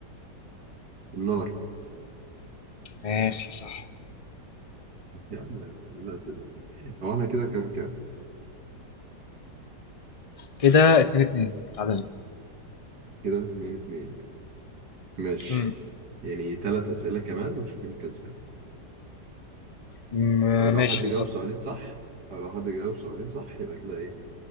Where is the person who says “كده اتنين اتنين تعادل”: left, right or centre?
Left